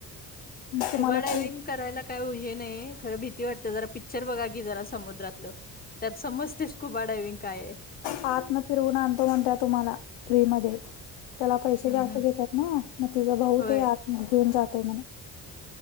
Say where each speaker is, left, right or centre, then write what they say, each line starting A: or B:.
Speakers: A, on the left; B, on the left.
A: स्कुबा
B: तुम्हाला
A: डायविंग
B: ते
A: करायला काय हे नाही खरं भीती वाटते जरा पिक्चर बघा की जरा समुद्रातलं त्यात समजतेच खूप डायविंग काय आहे
B: आतम फिरवून आणतो म्हणत्या तुम्हाला फ्री म त्याला पैसे
A: हम्म
B: जास्त
A: हम्म
B: घेतात ना मग तिचा भाऊ
A: होय
B: ते आत मग घेऊन जातोय म्हणे